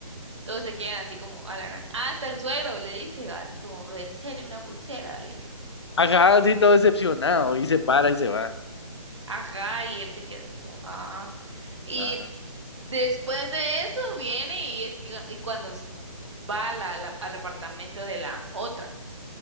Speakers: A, on the right; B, on the left.
A: Todos se quedan así como alarán. ah, Hasta el suegro le dice, va, así como, ¿en serio una pulsera? Le dice.
B: ajá, sí, todo decepcionado y se para y se va.
A: Ajá, y él se queda así como, ah. Y
B: Ajá.
A: después de eso viene y es que, y cuando s- va a la- la- al apartamento de la otra,